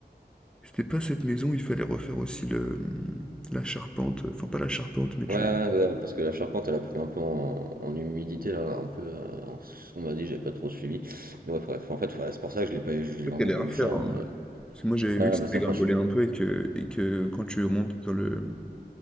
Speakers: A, in the centre; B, on the right.
A: c'était pas cette maison, où il fallait refaire aussi le, la charpente, enfin pas la charpente, mais tu
B: Ouais, ouais,
A: vois.
B: ouais, ouais, parce que la charpente, elle a pris un peu en, en humidité, là, là, un peu, euh, en- ce qu'on m'a dit, j'ai pas trop suivi. Mais ouais, bref, en fait, ouais, c'est pour ça que je l'ai pas eu, je
A: Je crois
B: l'ai vraiment
A: qu'elle est
B: pas
A: à refaire,
B: eu cher. hein.
A: hein. Parce que moi j'avais
B: Ouais,
A: vu que ça
B: bah ça,
A: dégringolait
B: franchement,
A: un peu et que, et que quand tu montes dans le,